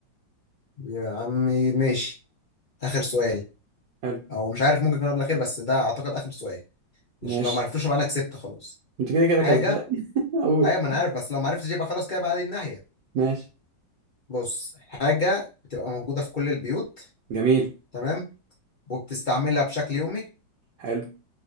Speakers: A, on the left; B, on the right.
A: يا عمي ماشي آخر سؤال
B: حلو
A: او مش عارف ممكن يكون قبل الأخير بس ده اعتقد آخر سؤال
B: ماشي
A: عشان لو ما عرفتوش يبقى انا كسبت خلاص
B: انت كده كده
A: حاجة
B: كسبان <laughs> اقول
A: ايوه ما انا عارف بس لو ما عرفتش يبقى خلاص كده بقى دي النهاية
B: ماشي
A: بص حاجة بتبقى موجودة في كل البيوت
B: جميل
A: تمام وبتستعملها بشكل يومي
B: حلو